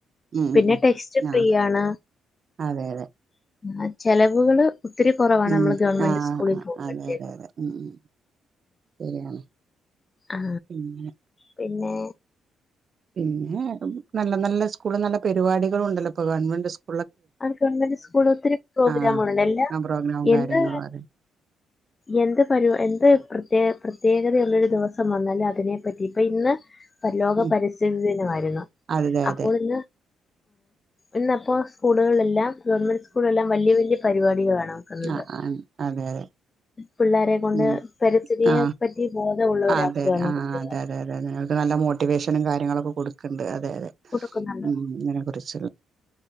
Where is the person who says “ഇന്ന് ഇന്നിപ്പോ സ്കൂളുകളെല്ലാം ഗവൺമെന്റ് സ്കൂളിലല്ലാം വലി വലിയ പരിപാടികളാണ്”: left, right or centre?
Left